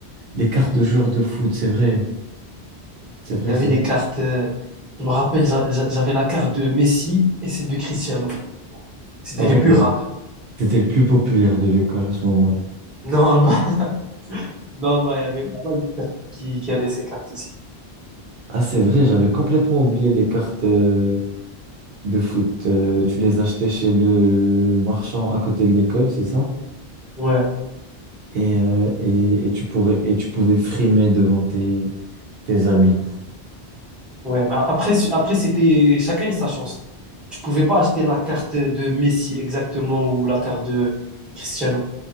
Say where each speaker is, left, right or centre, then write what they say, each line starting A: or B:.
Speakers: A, on the right; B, in the centre.
A: Les cartes de joueurs de foot, c'est vrai. C'est vrai,
B: Il y avait
A: c'est
B: les
A: vrai.
B: cartes. euh, je me rappelle, j'a- j'a- j'avais la carte de Messi et celle de Cristiano. C'était
A: Ah
B: les
A: ouais.
B: plus rares.
A: C'était le plus populaire de l'école à ce moment-là.
B: Non, non, <laughs> non, non, il y avait pas mal de personnes qui, qui avaient ces cartes aussi.
A: Ah, c'est vrai, j'avais complètement oublié les cartes, euh, de foot. Euh, tu les achetais chez le marchand à côté de l'école, c'est ça?
B: Ouais,
A: Et, euh, et, et tu pourrais, et tu pouvais frimer devant tes, tes amis.
B: ouais. Mais après, su- après c'était chacun a sa chance. Tu pouvais pas acheter la carte de Messi exactement ou la carte de Cristiano.